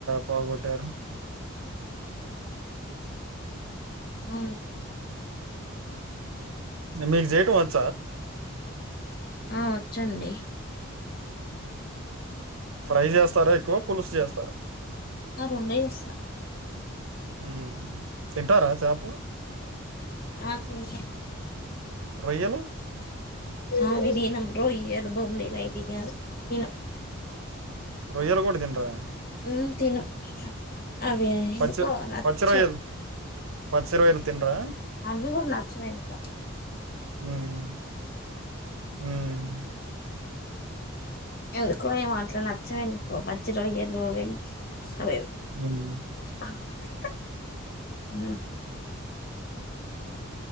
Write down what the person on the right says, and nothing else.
పోగొట్టారు.
మీక్ జెటం వచ్
ఫ్రై చేస్తారా ఎక్కువ పులుసు చేస్తారా
హ్మ్ తింటరా చాపలు
రోయ్యలు
రొయ్యలు కూడా తిన్నారా
పచ్చి
పచ్చి రొయ్యలు పచ్చి రొయ్యలు తినరా
హ్మ్. హ్మ్.
హ్మ్.